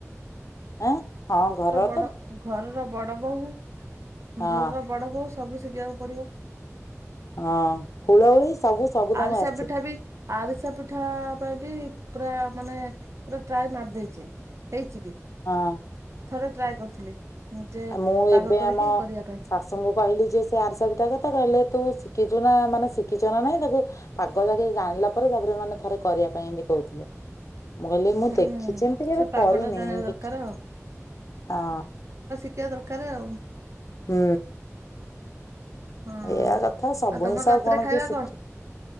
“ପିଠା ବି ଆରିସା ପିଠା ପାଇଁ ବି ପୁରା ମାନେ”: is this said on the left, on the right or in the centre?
Right